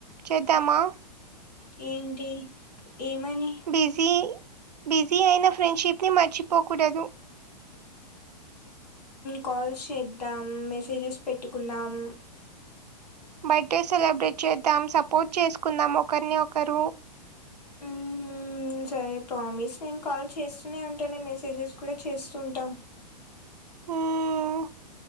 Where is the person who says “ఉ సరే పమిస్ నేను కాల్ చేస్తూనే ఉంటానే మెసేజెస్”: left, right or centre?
Left